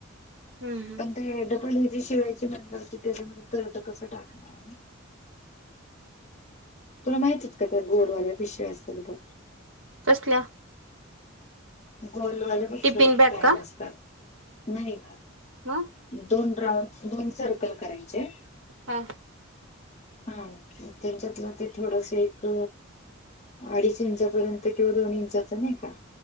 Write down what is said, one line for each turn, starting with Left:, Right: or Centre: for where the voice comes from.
Right: हम् हम्
Left: पण ते डपल जी शिवायची म होती त्याच्यामध्ये तर आ कसं टाकणार तुला माहित आहेत का त्या गोडवाल्या्या विषयस बब
Right: कसल्या
Left: गोलवाले बर
Right: टिफिन
Left: बॅग
Right: का
Left: असतात नाही का
Right: हा
Left: दोन राऊंड दोन सर्कल करायचे
Right: हां
Left: हा त्यांच्यात म ते थोडस एक अडीच इंचापर्यंत किंवा दोन इंचा नाही का